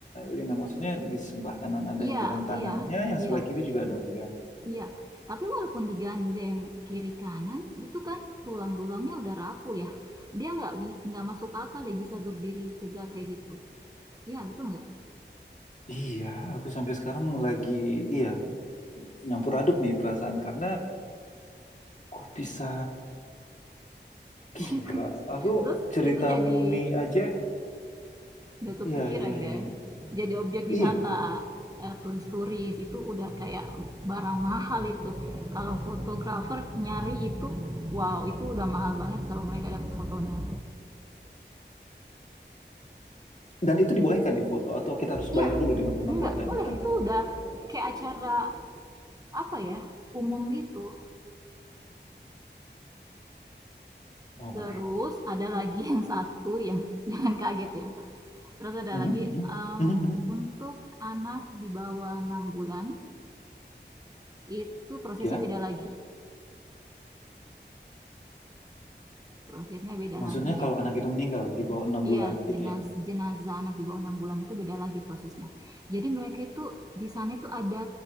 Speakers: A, on the left; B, on the right.
A: Lina, maksudnya di sebelah kanan ada
B: iya,
A: yang pegang tangannya,
B: iya,
A: yang
B: iya.
A: sebelah kiri juga ada pegang.
B: Iya, tapi walaupun digandeng kiri kanan, itu kan tulang-tulangnya udah rapuh ya. Dia nggak nggak masuk akal ya bisa berdiri tegak kayak gitu. Iya betul nggak?
A: Iya, aku sampai sekarang lagi, iya, nyampur aduk nih perasaan. Karena kok bisa, gila,
B: <laughs> Kok bisa?
A: aku
B: Terus
A: cerita
B: itu jadi
A: mumi aja,
B: nggak kepikiran
A: iya, iya, iya,
B: kan?
A: iya.
B: Jadi objek
A: Iya,
B: wisata eh, turis-turis itu udah kayak barang mahal itu. Kalau fotografer nyari itu, wow itu udah mahal banget kalau mereka dapat fotonya.
A: dan itu dibolehkan di foto, atau kita harus bayar
B: Iya,
A: dulu dengan pemangku
B: enggak
A: adat
B: boleh
A: di sana.
B: itu udah kayak acara apa ya umum gitu
A: Oh my.
B: terus ada lagi <laughs> yang satu yang <laughs> jangan kaget ya terus ada
A: Mhm,
B: lagi
A: mhm,
B: em,
A: mhm, mhm.
B: untuk anak di bawah enam bulan itu prosesnya
A: Ya.
B: beda lagi prosesnya beda
A: Maksudnya
B: lagi
A: kalau anak itu meninggal di bawah enam
B: iya
A: bulan gitu
B: jenaz
A: ya?
B: jenazah anak di bawah enam bulan itu beda lagi prosesnya jadi mereka itu di sana itu ada